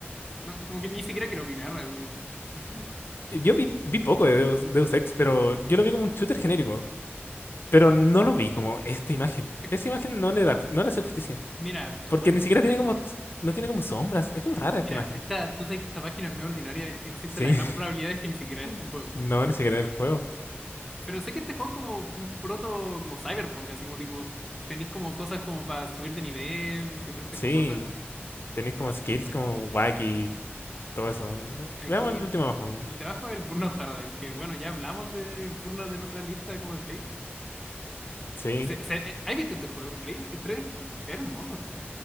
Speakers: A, in the centre; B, on the left (about 55°).
A: No, como que ni siquiera quiero opinar. así. <laughs> Bajemos.
B: yo vi, vi poco de Deus, Deus Ex, pero yo lo vi como un shooter genérico. Pero no lo vi como esta imagen.
A: Eh,
B: Esa imagen no le da, ju- no le hace justicia.
A: Mira, como
B: Porque
A: es-
B: ni siquiera
A: esta,
B: tiene como... No tiene como sombras. Es como rara esta
A: mira,
B: imagen.
A: esta, tú sabes que esta página es medio ordinaria, existe
B: Sí,
A: la gran probabilidad de que ni siquiera es
B: <laughs>
A: este juego.
B: no, ni siquiera el juego.
A: Pero sé que este juego es como un proto, como Cyberpunk, así como tipo, eh, tenéis como cosas como para subir de nivel, diferentes
B: Sí,
A: cosas.
B: tenéis como skills como wacky y todo eso.
A: Aquí,
B: Veamos el último ojo.
A: debajo del Burnout Paradise, que bueno, ya hablamos de Burnout en otra lista como de Play.
B: Sí.
A: Se, se- eh, ¿has visto este juego en Play 3? Se ve hermoso.